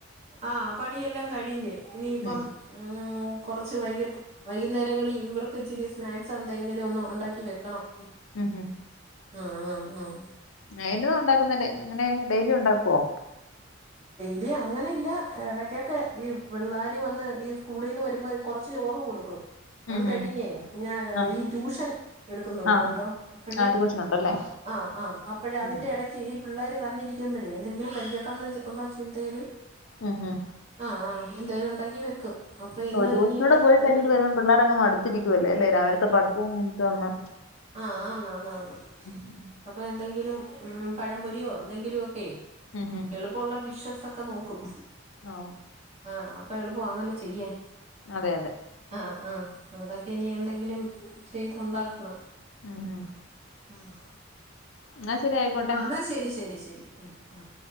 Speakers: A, on the right; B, on the left.
A: ആഹ് പണിയെല്ലാം കഴിഞ്ഞ് ഇനിയിപ്പം
B: ഉം
A: ഉം കുറച്ച് വൈകിട്ട് വൈകുന്നേരങ്ങളിൽ ഇവർക്ക് ഇച്ചിരി സ്നാക്സ് എന്തെങ്കിലും ഒന്ന് ഒണ്ടാക്കി വെക്കണം
B: ഉം ഉം
A: ആഹ് ആഹ് ആഹ്
B: നൈനു ഒണ്ടാക്കുന്ന അങ്ങനെ ഡെയ്ലി ഉണ്ടാക്കുവോ
A: ഏയ് അങ്ങനെ ഇല്ല ഇടക്കൊക്കെ ഈ പിള്ളാര് വന്ന് ഈ സ്കൂളിന്ന് വരുമ്പോ കൊറച്ച് ചോറ് കൊടുക്കും അത്
B: ഉം
A: കഴിഞ്ഞേ
B: ഉം
A: ഞാൻ
B: ആ
A: ഈ ട്യൂഷൻ എടുക്കുന്നുണ്ട്
B: ആ
A: കേട്ടോ അപ്പഴ്
B: ആ ആ ട്യൂഷൻ ഉണ്ടല്ലേ
A: ആ ആ ആ അപ്പഴ് അതിന്റെ
B: ഉം
A: എടയ്ക്ക് ഈ പിള്ളേര് തന്നെ ഇരിക്കുമ്പഴേ എന്തെങ്കിലും കഴിക്കട്ടെന്ന് ഒ ള്ള ചിന്തയില്
B: ഉം ഉം
A: ആഹ് ആഹ് എന്തേലും ഒണ്ടാക്കി വെക്കും അപ്പൊ ഇന്ന്
B: ഓ ട്യൂഷൻ
A: ഇനിയിപ്പ
B: കൂടെ പോയി
A: എന്തെങ്കിലും
B: കഴിഞ്ഞിട്ട് വരുമ്പോം പിള്ളേരങ്ങ് മടുത്തിരിക്കുവ അല്ലേ ല്ലേ രാവിലത്തെ പഠിത്തോം കഴിഞ്ഞിട്ട് വന്ന്
A: ആ ആന്നാന്നന്ന്
B: ഉം
A: അപ്പൊ എന്തെങ്കിലും ഉം പഴംപൊരിയോ എന്തെങ്കിലു ഒക്കെ
B: ഉം ഉം
A: എളുപ്പമുള്ള ഡിഷസ് ഒക്കെ നോക്കും
B: ഓ
A: ആ അപ്പൊ എള പ്പോ ആന്നല്ലോ ചെയ്യാൻ
B: അതെ അതെ
A: ആഹ് ആഹ് അതൊക്കെ ഇനി എന്തെങ്കിലും ചെയ്തൊണ്ടാക്കണം
B: ഉം ഉം
A: ആഹ്
B: എന്നാ ശരി ആയിക്കോട്ടെ
A: ആഹ് എന്നാ ശരി ശരി ശരി എങ്കി ആഹ്